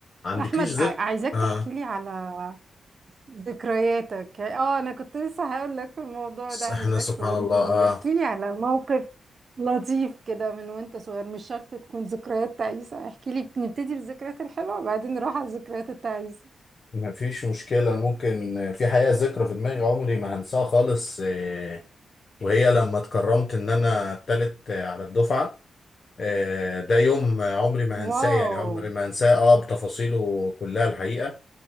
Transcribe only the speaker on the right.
احمد
ع- عايزاك
تحكي لي على ذكرياتك اه انا كنت لسه هقول لك في الموضوع
ده عايزاك
تقول
لي
احكي لي على موقف لطيف كده من وانت صغير مش شرط تكون ذكريات تعيسة احكي لي نبتدي بالذكريات الحلوة وبعدين نروح على الذكريات التعيسة
واو